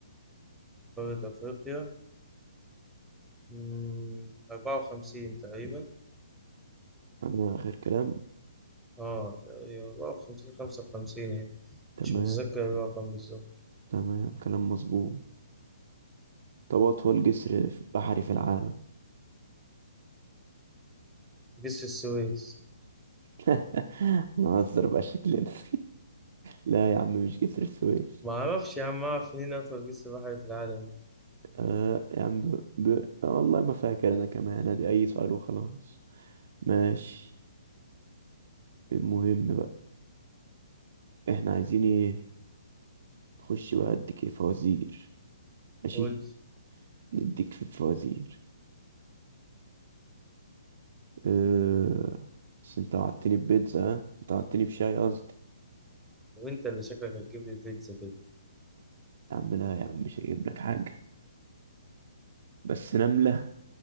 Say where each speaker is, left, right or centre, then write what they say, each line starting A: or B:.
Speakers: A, in the centre; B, on the right.
A: قارة أفريقيا مم، 54 تقريبا
B: انا اخر كلام
A: اه تقريبا 54 55 يعني
B: تمام
A: مش متذكر الرقم بالظبط
B: تمام كلام مظبوط طب اطول جسر في- بحري في العالم
A: جسر السويس
B: <laughs> نهزر بقى شكلنا <laughs> لا يا عم مش جسر السويس
A: ما اعرفش يا عم اعرف منين اطول جسر بحري في العالم
B: آه يا عم ب... ب... والله ما فاكر انا كمان ادي اي سؤال وخلاص ماشي المهم بقى احنا عايزين ايه نخش بقى اديك ايه؟ فوازير ماشي
A: قول
B: نديك في الفوازير أه... بس انت وعدتني ببيتزا ها؟ انت وعدتني بشاي قصدي
A: وانت اللي شكلك هتجيب لي البيتزا كده
B: يا عم لا يا عم مش هجيب لك حاجة بس نملة